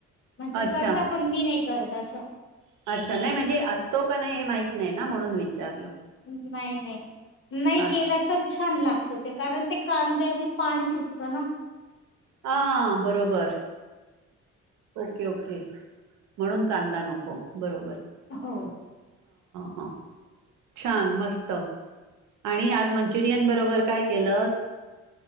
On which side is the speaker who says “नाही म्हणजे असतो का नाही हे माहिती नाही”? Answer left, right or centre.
Right